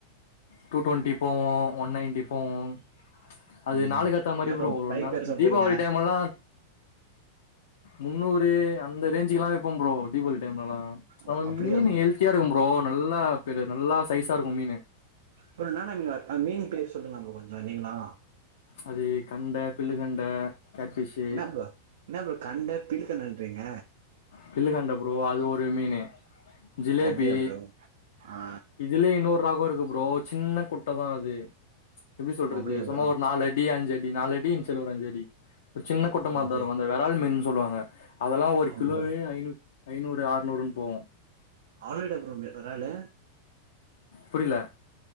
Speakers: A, on the left; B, on the right.
A: டூ டுவெண்ட்டி போவோம் ஒன் நைன்டி போவோம் அது
B: ம்
A: நாளுக்கு ஏத்த மாரி
B: என்ன
A: வரும்
B: ப்ரோ
A: ஒரு ரெண்
B: பைக்
A: நாள்ள
B: பேரு சொல்றீங்க
A: தீபாவளி டைம் எல்லா முன்னுரு அந்த ரேஞ்சுக்குல்லா வெப்போம் ப்ரோ தீபாவளி டைம்லாம்
B: ஓ
A: நம
B: அப்டியா
A: மீன்
B: ப்ரோ
A: ஹெல்தியா இருக்கும் ப்ரோ நல்லா பெரு நல்லா சைஸா இருக்கும் மீனு
B: அப்புறம் நானா மீன் வ மீன் பேர் சொல்லுங்ல ப்ரோ கொஞ்சம் நீீங்களா
A: அது கண்ட பில்லு கண்ட கேட்ஃபிஷு
B: ன்ன ப்ரோ என்ன ப்ரோ கண்ட பீல்லு கண்டன்றீங்க
A: பில்லு கண்ட ப்ரோ அது ஒரு மீனு ஜிலேபி
B: ஓ அப்டியா ப்ரோ ஆ
A: இதுலயேன்னூறு ராகம் இருக்கு ப்ரோ சின்ன குட் ட தான் அது எப்டி சொல்றது
B: ஓ அப்டியா
A: சும்மா
B: ப்ரோ
A: ஒரு நாலு அடி அஞ் அடி நாலடினுச் சொல்லி ஒரு அஞ்சடி ஒரு சின்ன குட்டமாதாரு
B: ஓ ஓகே
A: அத வறால் மீன் சொல்லுவாங்க அதெல்லா ஒரு
B: ஆமா
A: கிலோவே
B: ப்ரோ
A: ஐய்நூ ஐநூறு ஆறுநூறுன்னு போவும்
B: அவலேடா போவு வறாலு
A: புரியல